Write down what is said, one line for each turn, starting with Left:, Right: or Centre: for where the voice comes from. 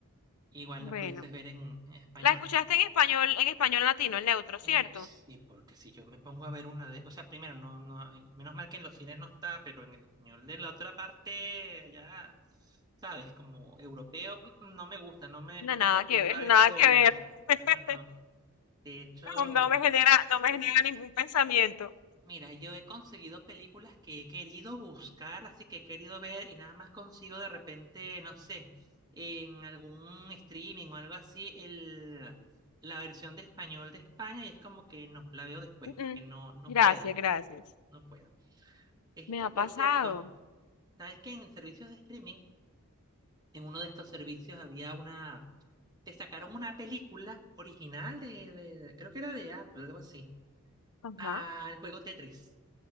Right: igual
Left: Bueno.
Right: la pudieses ver en, en español.
Left: La escuchaste en español, en español latino, en neutro, ¿cierto?
Right: En es- sí, porque si yo me pongo a ver una de, o sea, primero, no, no, hay- menos mal que en los cines no está, pero en el español de la otra parte, ya, sabes, como europeo, mm, mm, no me gusta, no me,
Left: No,
Right: no me
Left: nada
Right: acostumbro
Left: que ver,
Right: a
Left: nada
Right: ese doblaje.
Left: que ver. <laughs>
Right: No, no, no. De hecho.
Left: No, no me genera, no me genera ningún pensamiento.
Right: Mira, yo he conseguido películas que he querido buscar, así que he querido ver y nada más consigo de repente, no sé, en algún streaming o algo así, el, la versión de español de España y es como que no, la veo después
Left: Mm,
Right: porque no, no
Left: Gracias,
Right: puedo,
Left: gracias.
Right: no puedo. Este,
Left: Me ha pasado.
Right: por cierto, ¿sabes que en servicios de streaming, en uno de estos servicios había una, te sacaron una película original de, de- creo que era de Apple, algo así,
Left: Ajá.
Right: al juego Tetris?